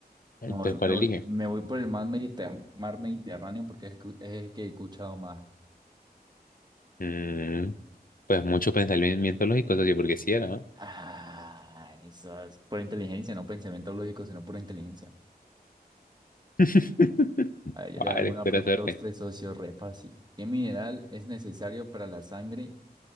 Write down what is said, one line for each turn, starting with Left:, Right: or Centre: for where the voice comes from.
Left: Entonces,
Right: Me voy,
Left: ¿cuál
Right: me voy-
Left: elige?
Right: me voy por el mar Mediterráneo, mar Mediterráneo porque es el que es el que he escuchado más.
Left: Mm, pues mucho pensamiento lógico, socio, porque sí era. ¿no?
Right: Ah, eso es por inteligencia, no pensamiento lógico, sino por inteligencia.
Left: <laughs>
Right: A ver, yo
Left: Vale,
Right: le hago una
Left: espera
Right: pregunta
Left: suerte.
Right: a usted, socio, re fácil. ¿Qué mineral es necesario para la sangre,